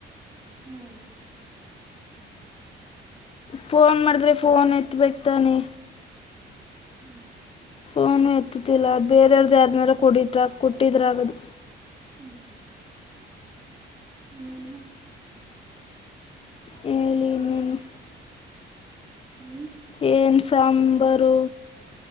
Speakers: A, on the right (about 20°); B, on the left (about 30°).
A: ಹ್ಮ್
B: ಫೋನ್ ಮಾಡಿದ್ರೆ ಫೋನ್ ಎತ್ಬೇಕಕ್ ತಾನೆ
A: ಹ್ಮ್
B: ಓನು ಎತ್ತುತ್ತಿಲ್ಲ ಬೇರೆಯವಾರ್ದ ಯಾರನಾರೂ ಕುಡಿಟ್ರಾ ಕೊಟ್ಟಿದ್ರಾಗದು
A: ಹ್ಮ್ ಎನ್ನೇನು
B: ಹೇಳಳಿ ನೀನು
A: ಹ್ಮ್
B: ಏನ್ ಸಾಂಬಾರು